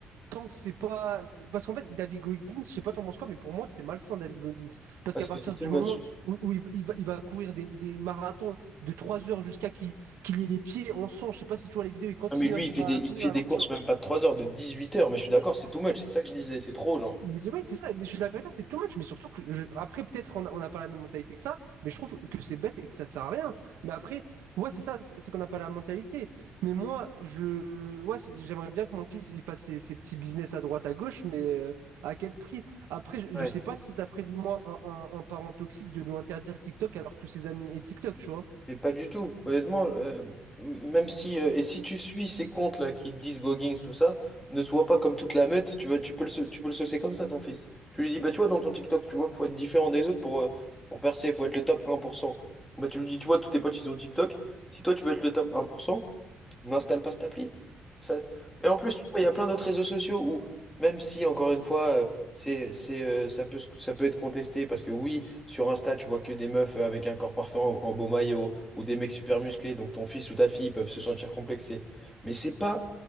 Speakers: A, on the right; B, in the centre.
A: tant que c'est pas. c'est- Parce qu'en fait, David Goggins, je sais pas t'en penses quoi, mais pour moi, c'est malsain, David Goggins. Parce
B: parce
A: qu'à partir
B: que c'est too
A: du moment
B: much.
A: où, où il, va, il va- il va courir des, des marathons de 3 heures jusqu'à qu'il qu'il ait les pieds en sang, je sais pas si tu vois les vidéos, il continue
B: Non, mais lui,
A: à,
B: il fait des,
A: à
B: il
A: courir
B: fait
A: alors
B: des courses
A: que ça,
B: même pas de 3 heures, de 18 heures, mais je suis d'accord, c'est too much, c'est ça que je disais, c'est trop, genre.
A: Mais c'est- ouais, c'est ça, mais je suis d'accord avec toi, c'est too much, mais surtout que je- après, peut-être on a- on n'a pas la même mentalité que ça, mais je trouve que c'est bête et que ça sert à rien. Mais après, ouais, c'est ça, c'est c'est qu'on n'a pas la mentalité. Mais moi, je ouais, c'est- j'aimerais bien que mon fils il fasse ses, ses petits business à droite, à gauche, mais euh, à quel prix? Après, je, je
B: Ouais.
A: sais pas si ça ferait de moi un, un- un parent toxique de lui interdire TikTok alors que tous ses amis et TikTok, tu vois.
B: Mais pas du tout. Honnêtement, euh, m- même si euh, et si tu suis ces comptes-là qui te disent Goggins, tout ça, ne sois pas comme toute la meute, tu vois, tu peux le sau- tu peux le saucer comme ça, ton fils. Tu lui dis, bah tu vois, dans ton TikTok, tu vois qu'il faut être différent des autres pour, euh, pour percer, il faut être le top un pour cent Bah tu lui dis, tu vois, tous tes potes, ils ont TikTok. Si toi tu veux être le top un pour cent N'installe pas cette appli. Ça- Et en plus, tu vois, il y a plein d'autres réseaux sociaux où, même si, encore une fois, euh, c'est, c'est, euh, ça peut, se- ça peut être contesté, parce que oui, sur Insta, tu vois que des meufs euh, avec un corps parfait en, en beau maillot, ou des mecs super musclés, donc ton fils ou ta fille peuvent se sentir complexés. Mais c'est pas